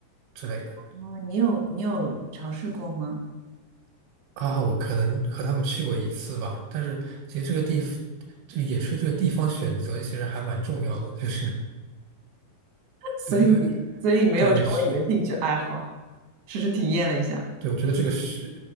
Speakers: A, on the right (about 85°); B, on the right (about 65°).
A: 之类的
B: 哦你有你有尝试过吗？
A: 啊。我可能和他们去过一次吧，但是其实这个地这个野炊这个地方选择其实还蛮重要的，就是
B: <laughs> 所以所以没有成为你的兴趣爱好，
A: 对，因为对是，
B: 只是体验了一下。
A: 对我觉得这个是，